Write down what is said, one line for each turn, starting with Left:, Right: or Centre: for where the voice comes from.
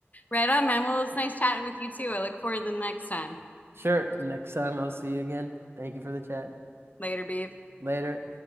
Left: on, man. Well, it's nice chatting with you too. I look forward to the next time.
Right: Sure. Next time I'll see you again. Thank you for the chat.
Left: Later, Beav.
Right: Later.